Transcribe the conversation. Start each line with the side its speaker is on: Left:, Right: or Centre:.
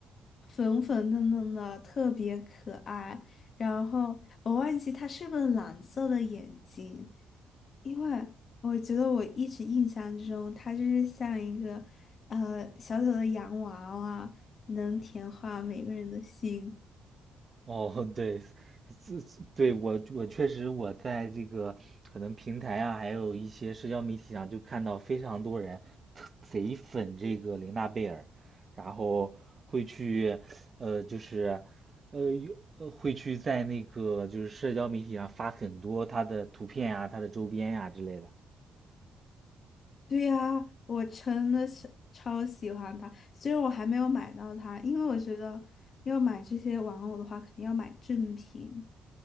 Left: 粉粉嫩嫩的，特别可爱。然后我忘记她是不是蓝色的眼睛，因为我觉得我一直印象中她就是像一个呃小小的洋娃娃，能甜化每个人的心。
Right: 哦，<laughs> 对，这对我我确实我在这个可能平台啊，还有一些社交媒体上就看到非常多人特贼粉这个玲娜贝尔，然后会去呃就是呃有呃会去在那个就是社交媒体上发很多她的图片啊、她的周边呀、之类的。
Left: 对呀，我真的是超喜欢它，虽然我还没有买到它，因为我觉得要买这些玩偶的话，肯定要买正品，